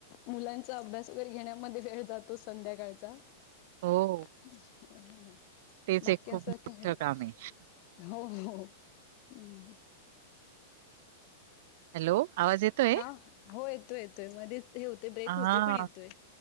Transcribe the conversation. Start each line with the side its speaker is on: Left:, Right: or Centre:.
Left: मुलांचा अभ्यास वगैरे घेण्यामध्ये वेळ जातो संध्याकाळचा. <unintelligible>
Right: हो, तेच
Left: बाकी
Right: एक खूप
Left: असं
Right: मोठं
Left: <unintelligible>
Right: काम आहे.
Left: हो हो हो. हम्म.
Right: हॅलो आवाज येतोय.
Left: हा हो येतोय येतोय. मध्येच हे होते ब्रेक
Right: हां,
Left: होतंय, पण येतोय.